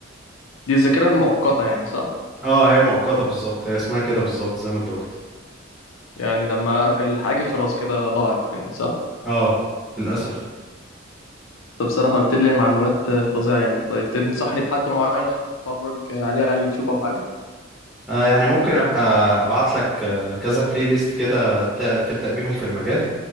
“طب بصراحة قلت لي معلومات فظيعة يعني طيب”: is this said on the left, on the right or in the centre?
Left